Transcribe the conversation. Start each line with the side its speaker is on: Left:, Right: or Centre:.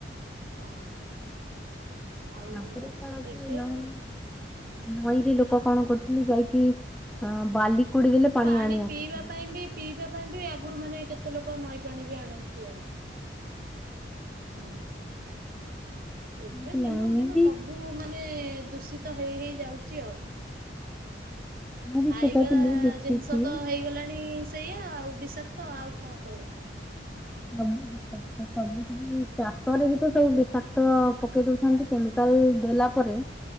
Right: ହଁ। ଆଉ
Centre: ଆଗୁରୁ କଣ କି
Right: ଏବେ
Centre: ନହେଲେ ନଈରେ ଲୋକ କଣ କରୁଥିଲେ ଯାଇକି ହଁ ବାଲିକ କୋଡି ଦେଲେ
Right: ପାଣି
Centre: ଆଣି
Right: ପିଇବା
Centre: ଆସୁଥିଲେ
Right: ପାଇଁ ବି ପିଇବା ପାଇଁ ବି ଆଗରୁ ମାନେ କେତେ ଲୋକ ନଈ ପାଣି ବି ଆଣେ। ଣନ୍ତି। ହୁଁ। ଏବେ
Centre: ଥିଲା,
Right: ଦିନକୁ
Centre: ମୁଁ
Right: ଦିନ
Centre: ବି
Right: ସବୁ ମାନେ ଦୂଷିତ ହେଇ ହେଇ ଯାଉଛି ଆଉ।
Centre: ମୁଁ ବି
Right: ଖାଇବା
Centre: ଛୋଟ ଥିଲି ଦେଖିଛି
Right: ଜିନ୍ଷ ତ ହେଇଗଲାଣି ସେୟା ଆଉ ବିଷାକ୍ତ ଆଉ କଁ କହିବ।
Centre: ସବୁ ବିଷାକ୍ତ ସବୁ ଚାଷରେ ବି ତ ସବୁ ବିଷାକ୍ତ ପକେଇ ଦଉଛନ୍ତି କେମିକାଲ ଏଇ ଦେଲା ପରେ